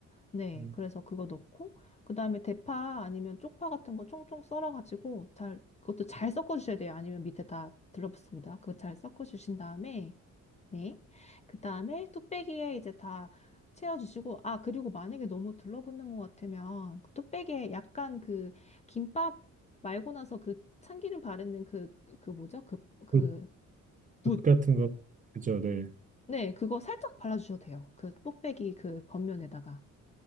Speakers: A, on the left (about 20°); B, on the right (about 25°).
A: 네,
B: 음,
A: 그래서 그거 넣고, 그 다음에 대파 아니면 쪽파 같은 거 총총 썰어가지고 잘, 그것도 잘 섞어주셔야 돼요. 아니면 밑에 다 들러붙습니다. 그거 잘 섞어주신 다음에, 네. 그 다음에 뚝배기에 이제 다 채워주시고, 아, 그리고 만약에 너무 둘러붙는 것 같으면 그 뚝배기에 약간 그 김밥 말고 나서 그 참기름 바르는 그, 그 뭐죠? 그, 그,
B: 붓,
A: 붓.
B: 붓 같은 거. 그죠, 네.
A: 네, 그거 살짝 발라주셔도 돼요. 그 뚝배기 그 겉면에다가.